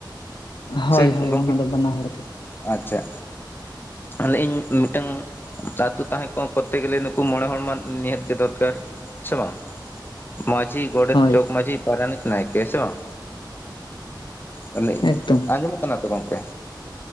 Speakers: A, on the left (about 75°); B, on the left (about 25°).
A: ᱦᱳᱭ
B: ᱥᱮ
A: ᱦᱳᱭ
B: ᱜᱚᱝᱠᱮ
A: ᱚᱱᱟ ᱫᱚ ᱵᱟᱱᱟ ᱦᱚᱲ ᱛᱮ
B: ᱟᱪᱪᱷᱟ ᱟᱨ ᱞᱟ. ᱭᱤᱧ ᱢᱤᱫᱴᱟᱝ ᱟᱛᱳ ᱛᱟᱦᱮᱸ ᱠᱚ ᱛᱮ ᱜᱮᱞᱮ ᱱᱩᱠᱩ ᱢᱚᱬᱮ ᱦᱚᱲ ᱢᱟ ᱱᱤᱦᱟᱹᱛ ᱜᱮ ᱫᱚᱨᱠᱟᱨ ᱥᱮ ᱵᱟᱝ? ᱢᱟᱺᱡᱷᱤ ᱜᱚᱰᱮᱛ
A: ᱦᱳᱭ
B: ᱡᱚᱜᱽᱢᱟᱺᱡᱷᱤ ᱯᱟᱨᱟᱱᱤᱠ ᱱᱟᱭᱠᱮ ᱥᱮ ᱵᱟᱝ ᱟᱨ ᱞᱟᱹᱭ
A: ᱮᱠᱫᱚᱢ
B: ᱟᱹᱧ ᱟᱸᱡᱚᱢᱚᱜ ᱠᱟᱱᱟ ᱛᱚ ᱜᱚᱢᱠᱮ?